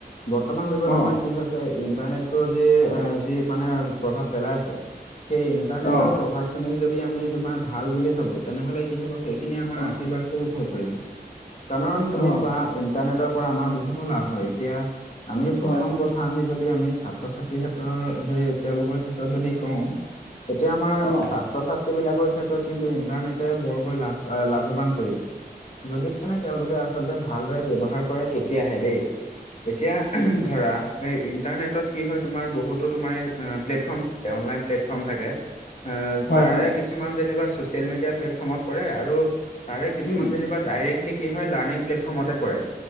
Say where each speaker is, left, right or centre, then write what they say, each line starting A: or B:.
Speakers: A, on the left (about 45°); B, on the left (about 80°).
A: বৰ্তমান যুগত
B: অ',
A: আমাৰ কি হৈছে ইণ্টাৰনেট পৰত যে মানে প্ৰভাৱ পেলাইছে সেই ইন্টাৰনেটৰ
B: অ',
A: প্ৰভাৱ সিনিক যদি আমি তোমাৰ ভাল বুলি ভাবো তেনেহলে কি হব সেইখিনি আমাৰ
B: অ',
A: আশীবাদো হৈ পৰিছে কাধাৰণ তুমি
B: অ',
A: চোৱা ইন্টাৰনেটৰ পৰা আমাৰ বহুতো লাভ হয় এতিয়া আমি প্ৰথম
B: হয়,
A: কথা আমি যদি আমি ছাত্ৰ ছাত্ৰীৰ ক্ষেত্ৰৰ সেই তেওঁলোকৰ ক্ষেত্ৰত যদি কওঁ তেতিয়া আমাৰ
B: অ',
A: ছাত্ৰ ছাত ত্ৰী বিলাকৰ ক্ষেত্ৰত কিন্তু ইমান এটা বৰকৈ লাভ এ লাভবান কৰিছে যদি মানে তেওঁলোকে আচলতে ভালদৰে ব্যবহাৰ কৰে তেতিয়াহে দেই এতিয়া
B: উম
A: ধৰা এই ইণ্টাৰনেটত কি হয় তোমাৰ বহুতো তোমাৰ প্লেটফৰ্ম অনলাইন প্লেটফৰ্ম ফৰ্ম থাকে এ
B: হয়,
A: তাৰে
B: হয়।
A: কিছুমান যেনিবা চচিয়েল মিডিয়া প্লেটফৰ্মত পৰে আৰু তাৰে কিছুমান
B: উম,
A: যেনিবা ডাইৰেক্টলি কি হয় লাৰ্নিং প্লেটফৰ্মতে পৰে